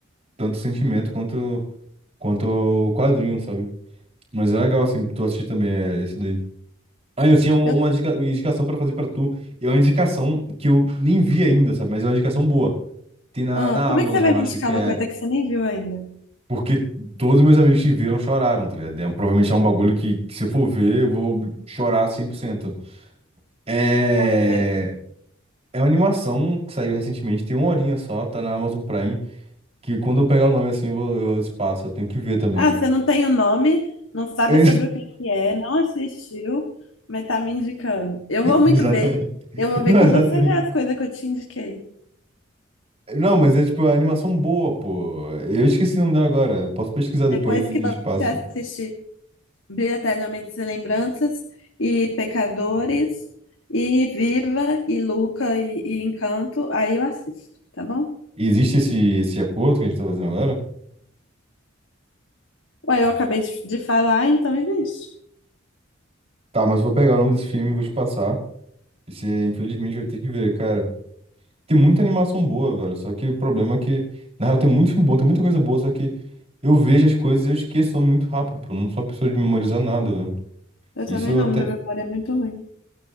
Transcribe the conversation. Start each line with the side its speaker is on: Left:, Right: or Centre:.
Right: tanto sentimento quanto, quanto o quadrinho, sabe? Mas é legal, assim, tu assistir também é, esse daí. Ah, eu tinha uma,
Left: Eu
Right: uma indica- uma indicação pra fazer pra tu. E é uma indicação que eu nem vi ainda, sabe? Mas é uma indicação boa. Tem na,
Left: Ah,
Right: na
Left: como
Right: Amazon,
Left: é que você vai me
Right: acho
Left: indicar
Right: que
Left: uma
Right: é.
Left: coisa que você nem viu ainda?
Right: Porque todos meus amigos que viram choraram, tá ligado? É, provavelmente é um bagulho que, que se eu for ver, eu vou chorar 100%. É...
Left: Ok.
Right: é uma animação que saiu recentemente, tem uma horinha só, tá na Amazon Prime, que quando eu pegar o nome assim, eu, vou, eu te passo, eu tenho que ver também.
Left: Ah, você não tem o nome, não sabe
Right: <laughs> Ex-
Left: sobre o que que é, não assistiu, mas tá me indicando. Eu vou muito
Right: Exatamente.
Left: ver. Eu vou ver
Right: Não,
Left: quando
Right: exatamente.
Left: você ver as coisas que eu te indiquei.
Right: Não, mas é tipo é uma animação boa, pô. Eu esqueci o nome dela agora. eu Posso pesquisar
Left: Depois
Right: depois e
Left: que você
Right: te passo.
Left: assistir Brilha Eternamente Sem Lembranças e Pecadores e Viva e Luca e, e Encanto, aí eu assisto, tá bom?
Right: Existe esse, esse acordo que a gente tá fazendo agora?
Left: Ué, eu acabei de, de falar, então existe.
Right: Tá, mas eu vou pegar o nome desse filme e vou te passar. E você, infelizmente, vai ter que ver, cara. Tem muita animação boa, velho. Só que o problema é que, na real, tem muito filme bom, tem muita coisa boa, só que eu vejo as coisas e eu esqueço muito rápido, pô. Eu Não sou uma pessoa de memorizar nada, velho.
Left: Eu
Right: Isso
Left: também
Right: eu
Left: não,
Right: até.
Left: minha memória é muito ruim.